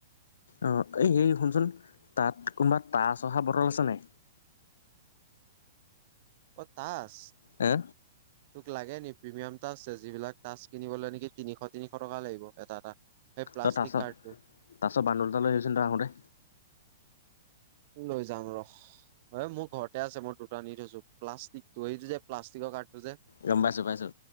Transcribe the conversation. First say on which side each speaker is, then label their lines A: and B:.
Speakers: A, on the left; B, on the right.
A: অ', এই হেৰি শুনচোন তাত কোনোবা টাঁচ অহা বটল আছেনে নাই?
B: অ', টাঁচ।
A: হে
B: তোক লাগে নেকি প্ৰিমিয়াম টাঁচ যিবিলাক টাঁচ কিনিবলৈ নেকি তিনিশ তিনিশ টকা লাগিব এটা এটা। সেই প্লাষ্টিক
A: তই টাঁচ-টাঁচৰ
B: কাৰ্ডটো
A: বান্দোল এটা লৈ আহিবিচোন তই আহোঁতে।
B: লৈ যাম ৰহ, মোৰ ঘৰতে আছে মই দুটা নি থৈছো প্লাষ্টিকটো যে প্লাষ্টিকৰ কাৰ্ডটো যে।
A: গম পাইছোঁ, পাইছোঁ